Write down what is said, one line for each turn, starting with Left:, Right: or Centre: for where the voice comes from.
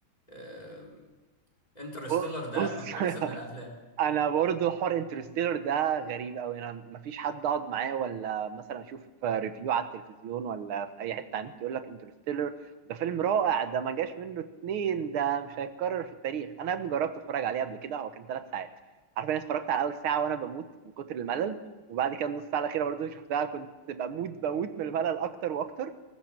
Left: آه انترستيلر
Right: ب-
Left: ده
Right: بص
Left: من احسن
Right: <laughs>
Left: الافلام
Right: انا برضو حوار انترستيلر ده غريب قوي انا ما فيش حد اقعد معاه ولا مثلا اشوف ريفيو على التلفزيون ولا في اي حته على النت يقول لك انترستيلر ده فيلم رائع ده ما جاش منه اتنين ده مش هيتكرر في التاريخ انا يا ابني جربت اتفرج عليه قبل كده هو كان ثلاث ساعات حرفيا اتفرجت على اول ساعه وانا بموت من كتر الملل وبعد كده النص ساعه الاخيره برضو شفتها كنت بموت بموت من الملل اكتر واكتر